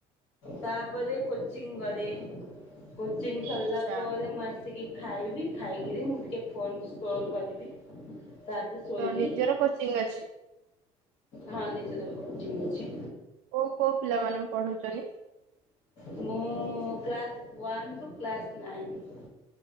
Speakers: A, on the left; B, on the right.
A: ତାପରେ କୋଚିଂ କରେ। କୋଚିଂ ସରିଲା
B: ଆଚ୍ଛା
A: ପରେ ମୁଁ ଆ ଟିକିଏ ଖାଇବି ଖାଇକିରି ମୁଁ ଟିକିଏ ଫୋନ୍ ସ୍ପୋଲ୍ କରିବି ତାପରେ ଶୋଇବି
B: ତ ନିଜର କୋଚିଂ ଅଛି?
A: ହଁ ନିଜର କୋଚଂ ଅଛି।
B: କୋଉ କୋଉ ପିଲା ମାନଙ୍କୁ ପଢଉଚନ୍ତି?
A: ମୁଁ class one two class nine.